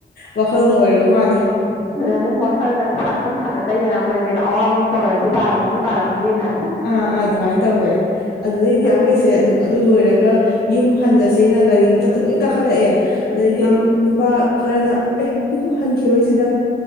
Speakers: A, on the left (about 60°); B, on the left (about 30°).
A: ꯋꯥꯈꯜꯅ ꯑꯣꯏꯔꯕ ꯃꯥꯜꯂꯦ
B: ꯎꯝ ꯋꯥꯈꯜꯗ ꯁꯨꯝ ꯁꯥꯒꯠꯆꯩꯗꯅ ꯑꯩꯈꯣꯏꯗ ꯀꯩꯅꯣ ꯑꯋꯥꯕ ꯑꯃ ꯇꯧꯔꯗꯤ ꯇꯥꯔꯝꯃꯅꯤ ꯇꯥꯔꯝꯃꯅꯤꯅ
A: ꯑꯥ ꯑꯥ ꯑꯗꯨꯃꯥꯏꯅ ꯇꯧꯋꯦ ꯑꯗꯨꯗꯩꯗꯤ
B: ꯑ
A: ꯑꯩꯈꯣꯏꯁꯦ ꯑꯗꯨꯝ ꯑꯗꯨ ꯂꯣꯏꯔꯒ ꯌꯨꯝ ꯍꯜꯂꯁꯦꯅ ꯒꯥꯔꯤ ꯃꯊꯛꯇ ꯂꯣꯏ ꯀꯥꯈꯠꯂꯛꯑꯦ ꯑꯗꯩꯗꯤ
B: ꯎꯝ
A: ꯅꯨꯄꯥ ꯈꯔꯅ ꯑꯦ ꯌꯨꯝ ꯍꯟꯈꯤꯔꯣꯏ ꯁꯤꯗ